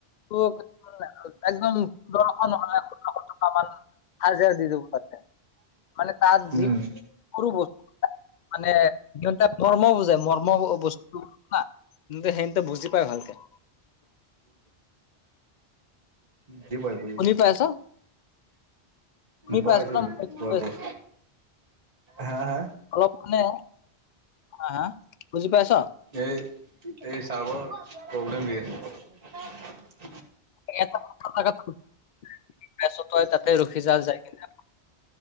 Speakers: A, on the left; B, on the right.
A: তোৰ একদম ষোল্লশ নহয় সোতৰশ টকা মান হাজিৰা দি দিব পাৰে মানে তাত
B: উম
A: যি
B: উম
A: কোনো বস্তু মানে সিহঁতে মৰমো বুজে মৰম বস্তু সিহঁতে বুজি পায় ভালকে।
B: বুজি পাই বুজি
A: শুনি
B: পাই।
A: পাইছ শুনি
B: পাই
A: পাইছ
B: আছো
A: ন মই কি
B: কোৱা
A: কৈ
B: কোৱা।
A: আছো?
B: হা হা?
A: অলপ নে হা হা? বুজি পাইছ
B: এই এই ছাৰ্ভাৰ প্ৰব্লেম দি আছে।
A: <unintelligible> তই তাতে ৰখি যা যায় কিনে